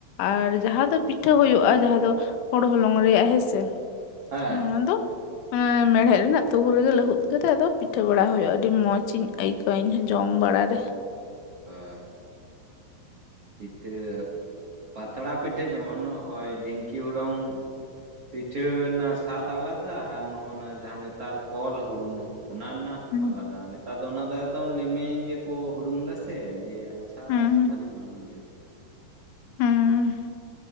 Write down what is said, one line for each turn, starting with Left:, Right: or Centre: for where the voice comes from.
Left: ᱟᱨ ᱡᱟᱦᱟᱸ ᱫᱚ ᱯᱤᱴᱷᱟᱹ ᱦᱳᱭᱳᱜᱼᱟ, ᱡᱟᱦᱟᱸ ᱫᱚ ᱦᱳᱲᱳ ᱦᱚᱞᱚᱝ ᱨᱮᱭᱟᱜ ᱦᱮᱸ ᱥᱮ
Right: ᱦᱮᱸ
Left: ᱚᱱᱟ ᱫᱚ᱾ ᱮᱸ ᱢᱮᱲᱦᱮᱫ ᱨᱮᱱᱟᱜ ᱛᱩᱠᱩ <inaudible> ᱨᱮᱜᱮ ᱞᱟᱹᱦᱩᱫ ᱠᱟᱛᱮᱜ ᱟᱫᱚ ᱯᱤᱴᱷᱟᱹ ᱵᱟᱲᱟ ᱦᱳᱭᱳᱜᱼᱟ, ᱟᱹᱰᱤ ᱢᱚᱸᱡᱽ ᱤᱧ ᱟᱹᱭᱠᱟᱹᱣᱟ ᱤᱧᱦᱚᱸ ᱡᱚᱢ ᱵᱟᱲᱟ ᱨᱮ᱾
Right: ᱦᱮᱸ ᱯᱤᱴᱷᱟᱹ, ᱯᱟᱛᱲᱟ ᱯᱤᱴᱷᱟᱹ ᱡᱮᱢᱚᱱ ᱱᱚᱜᱼᱚᱭ ᱰᱷᱤᱝᱠᱤ ᱦᱩᱲᱩᱝ ᱯᱤᱴᱷᱟᱹ ᱨᱮᱱᱟᱜ ᱥᱟᱫ ᱟᱞᱟᱫᱟ ᱟᱨ ᱱᱚᱜᱼᱱᱟ ᱡᱟᱦᱟᱸ ᱱᱮᱛᱟᱨ ᱠᱚᱞ ᱦᱩᱲᱩᱝ ᱚᱱᱟ ᱨᱮᱱᱟᱜ
Left: ᱦᱩᱸ
Right: ᱟᱞᱟᱫᱟ, ᱱᱮᱛᱟᱨ ᱫᱚ ᱚᱱᱟ ᱫᱚ ᱮᱠᱫᱚᱢ ᱞᱮᱢᱮᱧ ᱜᱮᱠᱚ ᱦᱩᱲᱩᱝ ᱫᱟ ᱥᱮ ᱫᱤᱭᱮ ᱪᱷᱟ
Left: ᱦᱩᱸ
Right: ᱫᱚ ᱵᱷᱟᱞᱤ <unintelligible>
Left: ᱦᱩᱸᱻ